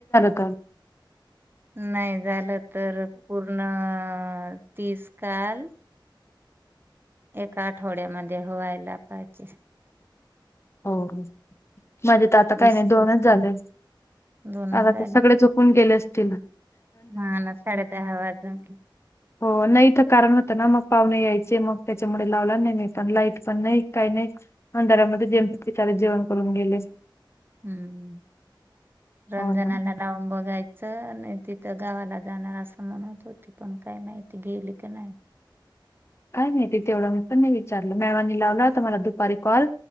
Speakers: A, on the left (about 30°); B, on the right (about 25°).
A: काल
B: नाही झालं तर पूर्ण अ तीस काल. एका आठवड्यामध्ये व्हायला पाहिजे.
A: हो. माझे तर आता
B: तीस
A: काही नाही दोनच
B: काल
A: झाले.
B: दोनच
A: आता
B: झाले
A: ते सगळे चुकून गेले अस तिन
B: हा ना साडे दहा वाजून
A: हो. नाही तर कारण होतं ना मग पाहुणे यायचे मग त्याच्यामुळे, लावला नाही मी पण लाईट पण नाही काही नाही. अंधारामध्ये जेव ते सारे जेवण करून गेले.
B: हम्म. रंजनाला
A: हो ना
B: लावून बघायच च नाही तिथं गावाला जाणार असं म्हणत होती, पण काय नाही ती गेली का नाही?
A: काय नाही ती तेवढं मी पण ना विचारलं मेळवानी लावला तर मला दुपारी कॉल